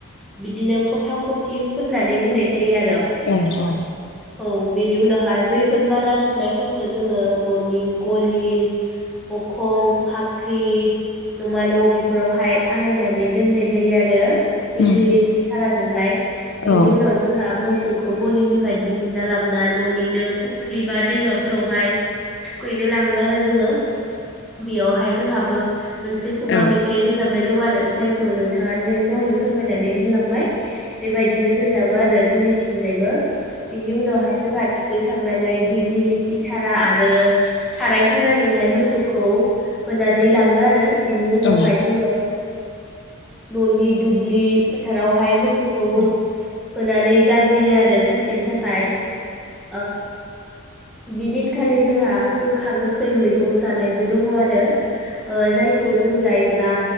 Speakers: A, in the centre; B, on the left.
A: बिदिनो फथा फथि फुननानै होनाय जायो आरो।
B: औ औ
A: औ बेनि उनावहाय बैफोर माला सुनायफोरखो जोङो न'नि गलि अखं फाख्रि नमा न' बेफोरावहाय आलायनानै नै दोन्नाय जायो आरो।
B: औ
A: दिग्लिलिथि थाराजोंहाय बिनि
B: औ
A: उनाव जोंहा मोसौखौ गलिनिफ्राय दिहुनना लाबोना न'निनो फुख्रि बा दैमाफोराव हाय थुखैनो लाङो आरो जोङो। बेयावहाय जोंहाबो मोनसे खुगा
B: औ
A: मेथाइ रोजाबनाय दं आरो जायखौ नों नोंथां आनो दहाय फोरमायनानै होलांबाय। बेबायदिनो रोजाबो आरो जोंनि थिंजायबो बिनि उनावहाय जोंहा थुखैखांनानै दिग्लि लिरथि थारा आरो थाराय थाराजोंहाय मोसौखौ होनानै
B: औ
A: लाङो आरो बिनि उनावहाय
B: औ
A: जोङो न'नि दुब्लि फोथारावहाय मोसौखौ
B: औ
A: होनानै गारबोयो आरो सानसेनि थाखाय। औ बिदिनखालि जोंहा गोखा गोखै मैगं जानायबो दङ आरो। ओ जायखौ जों जायोब्ला